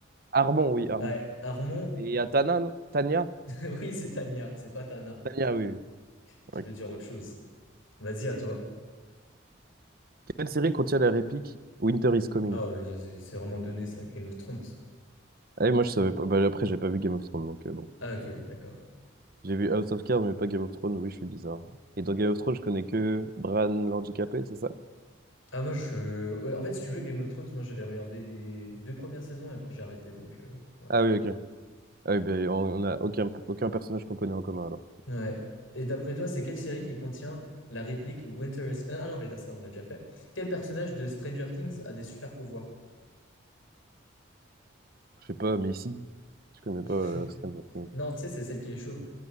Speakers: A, on the right; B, on the left.
A: Armand, oui, Armand.
B: Ouais, Armon.
A: Et il y a Tanan, Tania?
B: <laughs> Oui, c'est Tanya, c'est pas Tana,
A: Tania, oui, oui.
B: qui
A: Ouais.
B: veut dire autre chose. Vas-y, à toi.
A: Quelle série contient la réplique Winter is Coming?
B: Ah, ouais, mais ça, c'est c'est vraiment donné, ça, Game of Thrones.
A: Ah oui, moi, je savais pas. Bah, après, j'ai pas vu Game of Thrones, donc euh, bon.
B: Ah, ok, d'accord.
A: J'ai vu House of Cards, mais pas Game of Thrones. Oui, je suis bizarre. Et dans Game of Thrones, je connais que Bran l'handicapé, c'est ça?
B: Ah, moi, je. ouais, en fait, si tu veux, Game of Thrones, moi, j'avais regardé les deux premières saisons et après, j'ai arrêté, donc, euh, ouais.
A: Ah oui, ok. Ah oui, ben, on on a aucun, aucun personnage qu'on connaît en commun, alors.
B: Ouais. Et d'après toi, c'est quelle série qui contient la réplique Winter is... Ah ah non, mais non, ça, on l'a déjà fait. Quel personnage de Stranger Things a des super pouvoirs?
A: Je sais pas, mais si. Je connais
B: <laughs>
A: pas euh, Stranger Things.
B: Non, tu sais, c'est celle qui est chauve.